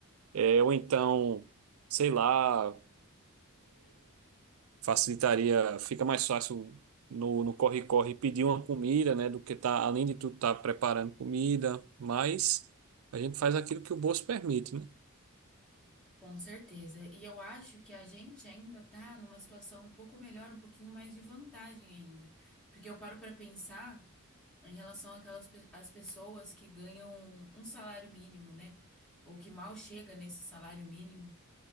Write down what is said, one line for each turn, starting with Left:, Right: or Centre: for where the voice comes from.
Right: é, ou então, sei lá, facilitaria, fica mais fácil no, no corre-corre pedir uma comida, né, do que tá, além de tudo, estar preparando comida, mas a gente faz aquilo que o bolso permite, né?
Centre: Com certeza. E eu acho que a gente ainda tá numa situação um pouco melhor, um pouquinho mais de vantagem ainda. Porque eu paro para pensar em relação àquelas pe- às pessoas que ganham um salário mínimo, né? Ou que mal chega nesse salário mínimo.